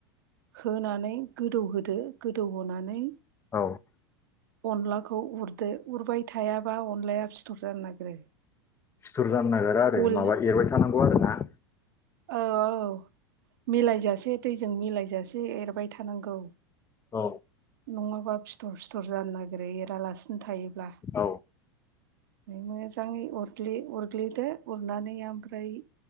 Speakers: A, on the right; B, on the left.
A: होनानै गोदौहोदो गोदौ होनोनानै
B: औ
A: अनलाखौ उरदो उरबाय थायाबा अनलाया फिथर जानो नागिरो
B: सिथुर जानो नागिरा आरो
A: गल
B: माबा एरबाय थानांगौ आरो ना
A: औ मिलायजासे दैजों मिलायजासे एरबाय थानांगौ
B: औ
A: नङाबा फिथर फिथर जानो नागिरो एरालासिनो थायोब्ला
B: औ
A: मोजाङै अरग्लि अरग्लिदो उरनानै ओमफ्राय